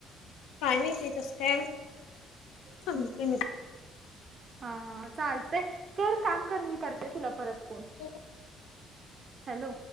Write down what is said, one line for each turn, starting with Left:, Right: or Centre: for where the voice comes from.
Left: काय माहिती कसं काय सांगितलं
Right: हम्म.
Left: नाही.
Right: हा हा‌ चालतंय. कर काम कर, मी करते तुला परत फोन.
Left: हो. <unintelligible>
Right: हॅलो.